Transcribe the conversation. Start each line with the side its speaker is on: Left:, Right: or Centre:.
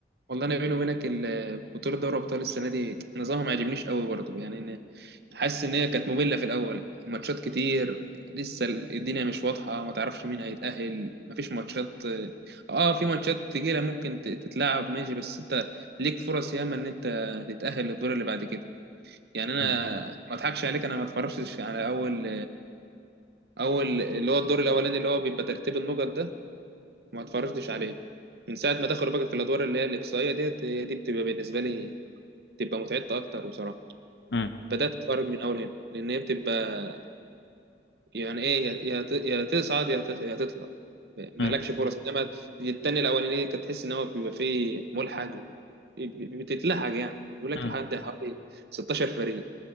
Right: والله انا بيني وبينك ال- بطوله دوري ابطال السنه دي نظامها ما عجبنيش قوي برضه يعني أنا حاسس ان هي كانت ممله في الاول ماتشات كتير لسه الدنيا مش واضحه ما تعرفش مين هيتاهل ما فيش ماتشات اه في ماتشات تقيله ممكن ت- تتلعب ماشي بس انت ليك فرص ياما ان انت تتاهل للدور اللي بعد كده يعني انا
Left: مم.
Right: ما اضحكش عليك انا ما اتفرجتش على اول اول اللي هو الدور الاولاني اللي هو بيبقى ترتيب النقط ده ما اتفرجتش عليه من ساعه ما دخلوا بقى في الادوار اللي هي الاقصائيه ديت هي دي بتبقى بالنسبه لي بتبقى متعبه اكتر بصراحه
Left: مم.
Right: بدات اتفرج من اول هنا لان هي بتبقى يعني ايه يا يا ت- يا تصعد يا تخ- يا تطلع مالكش
Left: مم.
Right: فرص انما التاني الاولاني دي كانت تحس ان هو بيبقى فيه ملحق و- بتتلحق يعني بيقول لك
Left: مم.
Right: لحد حوالي 16 فريق